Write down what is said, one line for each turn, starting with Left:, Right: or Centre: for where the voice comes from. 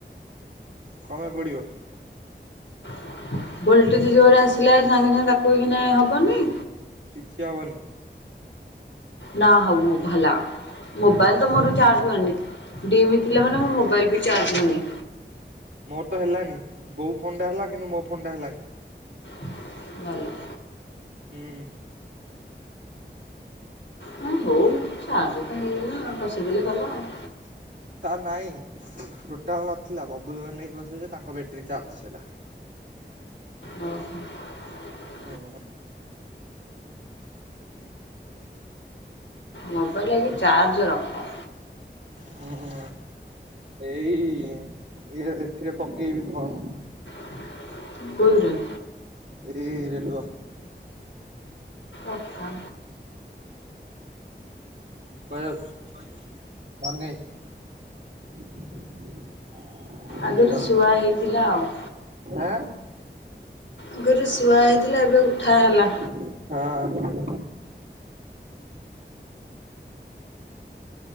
Right: କଂ ପାଇଁ ପୋଡିବ?
Left: <inaudible> ଭୋଲଟେଜ୍ ଜୋରେ ଆସିଲା ସାଙ୍ଗେ ସାଙ୍ଗେ ଧକୋଉକିନା ହବନି।
Right: କିଛି ହବନି।
Left: ନା ହଉ ଭଲ ମୋବାଇଲ ତ
Right: ନା
Left: ମୋର ଚାର୍ଜ କନି ଡିମ୍ ଥିଲା ମାନେ ମୋ ମୋବାଇଲ ବି ଚାର୍ଜ ହୁଏନି।
Right: ମୋର ତ ହେଲାନି ବୋଉ ଫୋନଟା ହେଲା କିନ୍ତୁ ମୋ ଫୋନଟା ହେଲାନି।
Left: <inaudible> ଭଲ।
Right: ହୁଁ।
Left: ହଁ ହଉ ଚାର୍ଜତ ହେଇଗଲା ବସେଇଦେଲେ ଗଲା ଆଉ।
Right: <unintelligible> ତାର ନାଇଁ। ଟୋଟାଲ ନଥିଲା ବବୁଲ ଘରେ ନେଇକି ବସିଲେ ଯେ ତାଙ୍କ ବ୍ୟାଟେରୀ ଚାର୍ଜ ସରିଗଲା।
Left: ଓ ହୋ। <unintelligible>
Right: <unintelligible>
Left: ମୋବାଇଲ ଆଗେ ଚାର୍ଜ ରଖ।
Right: ହୁ ହୁ। ଏଇ ଇଏ ଏଥିରେ ପକେଇବି ଫର୍ମ।
Left: <unintelligible> ବୁଝୁଚୁ।
Right: ଏଇ ରେଲୁଅ।
Left: ଆଛା।
Right: କୁଆଡେ ଯାଉଛୁ?
Left: ଆଗୁରୁ
Right: ହାଲୋ
Left: ଶୁଆ ହେଇଥିଲା ଆଉ।
Right: ଆଁ
Left: ଆଗୁରୁ ଶୁଆ ହେଇଥିଲା ଏବେ ଉଠା ହେଲା।
Right: ହଁ।